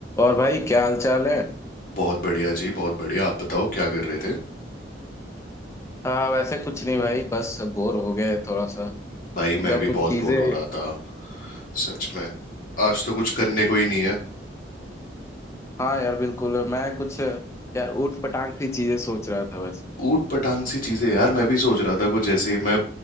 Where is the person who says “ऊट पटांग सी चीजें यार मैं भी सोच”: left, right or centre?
Left